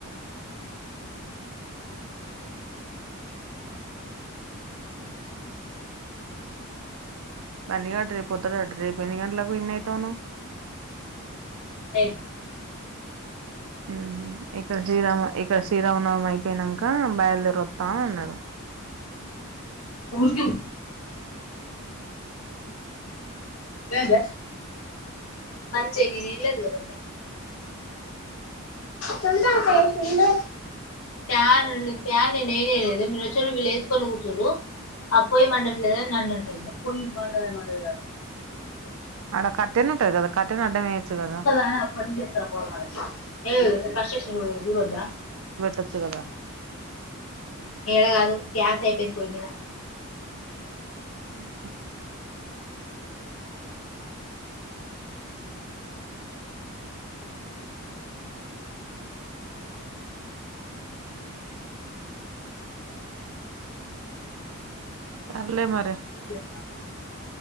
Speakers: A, on the right (about 70°); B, on the left (about 70°).
A: బన్న గటరి పొత్తరంటిరి రేపు గంటలు పన్నయి తోను
B: ఏ
A: ఉహు ఇక్కడ శ్రీరామ ఇక్కడ శ్రీరామనవమి అయిపోయినాక బయలుదేర వస్తాం అన్నాడు
B: <unintelligible> ఏందే మంచిది ని తీయలేదు కద చందకై తినుదు ప్యాన్లు ప్యాన్ నేను వేయలేదు మీరు వచ్చారు వీళ్ళు వేసుకొని కూర్చురు అ పోయి మండటలేదు అని నన్నంటుంది పోయి మండలేదు ఏమో గా
A: అక్కడ కట్టెన్ ఉంటాది కట్టన్ డైమేయించు కద
B: అని అప్పటి నుంచి చెప్తాన పోరగాళ్ళకి ఏ ఫస్ట్ చూడొద్దా
A: తత్తూ కద
B: ఈడ కాదు గ్యాస్ అయిపోయింది పోయి మీద
A: ఉహు సర్లే మరి
B: నేకేటి నమ్మకం